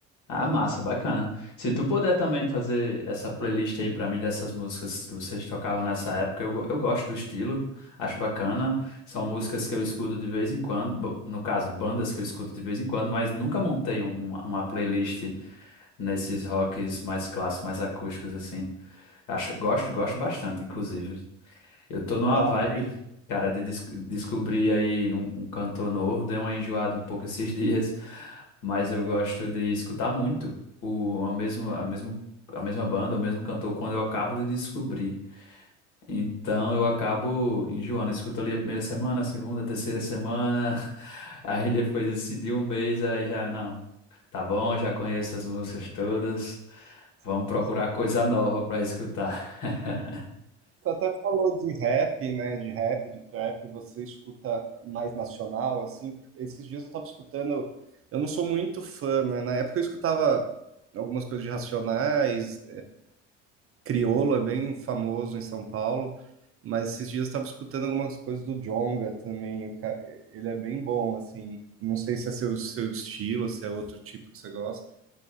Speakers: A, on the left; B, on the right.
A: Ah, massa, bacana. Se tu puder também fazer essa playlist aí pra mim dessas músicas que vocês tocavam nessa época, eu, go- eu gosto do estilo, acho bacana. São músicas que eu escuto de vez em quando, bo- no caso, bandas que eu escuto de vez em quando, mas nunca montei um- um- uma playlist nesses rocks mais clássicos, mais acústicos, assim. Acho, gosto, gosto bastante, inclusive. Eu tô numa
B: Ah,
A: vibe, cara, de des- descobrir aí um, um cantor novo. Dei uma enjoada um pouco esses <laughs> dias, mas
B: aham,
A: eu gosto de escutar muito o, a mesmo, a mesmo, a mesma banda, o mesmo cantor, quando eu acabo de descobrir. Então eu acabo enjoando. Eu Escuto ali a primeira semana, a segunda, a terceira semana, <laughs> aí depois assim de um mês, aí já, não, tá bom, já conheço as músicas todas.
B: sim,
A: Vamos procurar
B: sim.
A: coisa nova pra escutar. <laughs>
B: Você até falou de rap, né? De rap, de trap, você escuta mais nacional, assim. Esses dias eu tava escutando. Eu não sou muito fã, né? Na época eu escutava algumas coisas de Racionais, Criolo é bem famoso em São Paulo, mas esses dias eu estava escutando algumas coisas do Djonga também. o ca- Ele é bem bom, assim. Não sei se é seu, seu estilo, se é outro tipo que você gosta.